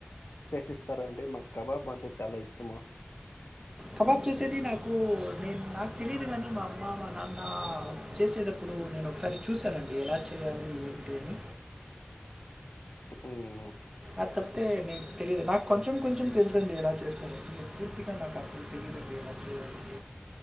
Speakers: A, on the left; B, on the right.
A: చేసిస్తారా అండి మాకు కబాబ్ అంటే చాలా ఇష్టము
B: కబాబ్ చేసేది నాకు నేను నాకు తెలియదు కానీ మా అమ్మ మా నాన్న చేసేటప్పుడు నేను ఒకసారి చూశానండి ఎలా చేయాలి ఏంటి అని
A: ఉమ్
B: అది తప్పితే నేన్ నేన్ నాకు తెలియదు నాకు కొంచెం కొంచెం తెలుసండి ఎలా చేస్తారు పూర్తిగా నాకు అసలు తెలీయదండి ఎలా చేయాలి